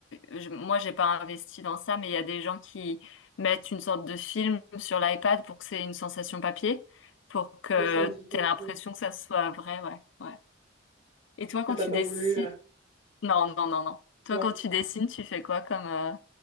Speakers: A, on the left (about 70°); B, on the right (about 30°).
A: je- moi, j'ai pas investi dans ça, mais il y a des gens qui mettent une sorte de film sur l'iPad pour que c'est une sensation papier, pour que
B: Oui, ça me dit quelque
A: t'aies l'impression
B: chose.
A: que ça soit vrai, ouais, ouais. Et toi, quand
B: Et t'as
A: tu
B: pas
A: dessines,
B: voulu. euh,
A: non, non, non, non. Toi,
B: Non.
A: quand tu dessines, tu fais quoi comme... euh,